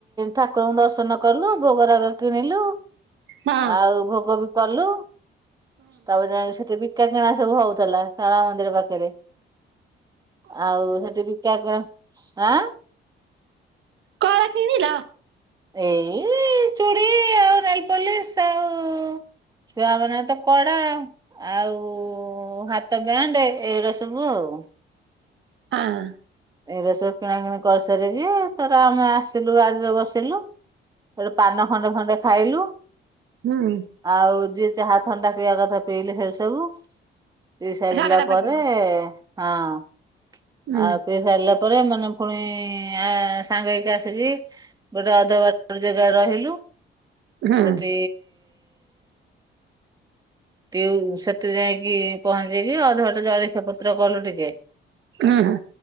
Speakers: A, on the right; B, on the right.
A: ଠାକୁରଙ୍କୁ ଦର୍ଶନ କଲୁ ଭୋଗ ରାଗ କିଣିଲୁ
B: ହଁ
A: ଆଉ ଭୋଗ ବି କଲୁ। ତାପରେ ଯାଇକି ସେଠି ବିକା କିଣା ସବୁ ହଉଥିଲା ଶାଳା ମନ୍ଦିର ପାଖରେ। ଆଉ ସେଠି ବିକା କ ଆଁ?
B: କଣ କିଣିଲ?
A: ଏଇ ଚୁଡ଼ି ଆଉ ନେଲ୍ ପଲିସ୍ ଆଉ ଚା ବନାଏ ତ କଡା, ଆଉ ହା <unintelligible> ଏଇଗୁଡା ସବୁ ଆଉ।
B: ହଁ।
A: ଏଇରା ସବୁ କିଣା କିିଣି କରିସାରିକି, ତରେ ଆମେ ଆସିଲୁ ଗାଡିରେ ବସିଲୁ। <unintelligible> ପାନ ଖଣ୍ଡେ ଖଣ୍ଡେ ଖାଇଲୁ।
B: ହୁଁ।
A: ଆଉ ଯିଏ ଚାହା ଥଣ୍ଡା ପିଇବା କଥା ପିଇଲେ ସେ ସବୁ। ପିଇ ସାରିଲା
B: ଝଗଡ଼ା ପାଟି
A: ପରେ ହଁ,
B: ହୁଁ
A: ଆଉ ପିଇ ସାରିଲା ପରେ ଏମାନେ ଫୁଣି ଆ, ସାଙ୍ଗ ହେଇକି ଆସିକି ଗୋଟେ ଅଧ ବାଟରେ ଜାଗାରେ ରହିଲୁ
B: ହୁଁ
A: ସେଠି <unintelligible> ସେଠେ ଯାଇକି ପହଞ୍ଚିକି, ଅଧବାଟେ ଜଳିଖା ପତ୍ର କଲୁ ଟିକେ।
B: ହଁ, ହଁ।